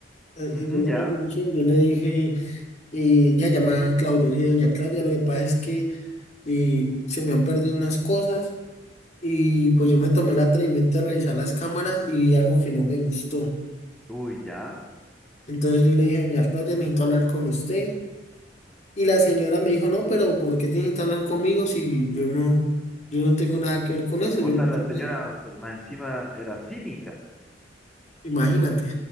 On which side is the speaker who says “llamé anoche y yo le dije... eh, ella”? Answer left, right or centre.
Left